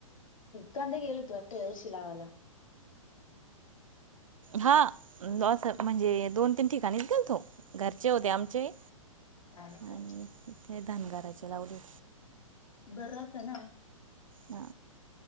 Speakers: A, on the left; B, on the right.
A: कांदे गेलो होतो. त्या दिवशी लावायला
B: हा अस म्हणजे दोन, तीन ठिकाणीच गेलतो घरचे होते आमचे
A: हा का
B: आणि ते धनगारचे लावले.
A: बर राहत ना.
B: हा